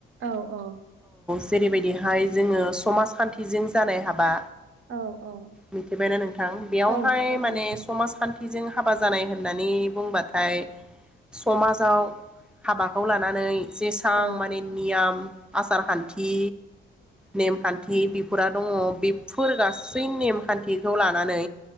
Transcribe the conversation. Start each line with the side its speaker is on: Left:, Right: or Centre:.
Right: औ औ
Centre: जेरैबायदिहाय जोङो समाजखान्थिजों जानाय हाबा
Right: औ औ
Centre: मिथिबायना नोंथां बेयावहाय
Right: नोंथां
Centre: माने
Right: औ
Centre: समाजखान्थिजों हाबा जानाय होननानै बुंबा नाथाय समाजाव हाबाखौ लानानै जेसां
Right: औ
Centre: माने नियाम आसार खान्थि नेमखान्थि बिफोरा दङ बेफोर गासै नेमखान्थिखौ लानानै